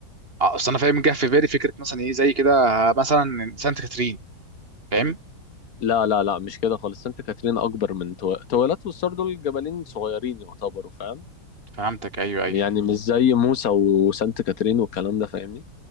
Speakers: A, on the right; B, on the left.
A: آه، اصل انا فاهم جه في بالي فكره مثلا ايه زي كده آه، مثلا سانت كاترين فاهم
B: لا لا لا مش كده خالص سانت كاترين اكبر من تو... تويلات والسور دول جبلين صغيرين يعتبروا فاهم
A: فهمتك ايوه ايوه
B: يعني مش زي موسى وسانت كاترين والكلام ده فاهمني